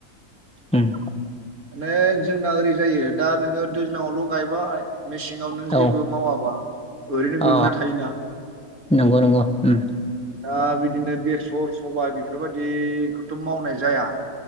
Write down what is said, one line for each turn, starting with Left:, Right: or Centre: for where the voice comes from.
Centre: ओम।
Right: माने जोंना ओरै जायो दा नोंङो दैज्लाङावल' गायबाय मेसेंआव नों
Centre: औ
Right: जेबो मावाबा ओरैनो
Centre: अ
Right: गोल्लैना थायोना।
Centre: नंगौ नंगौ ओम।
Right: दा बिदिनो बेसर सबाय बेफोरबायाददिखौथ' मावनाय जाया।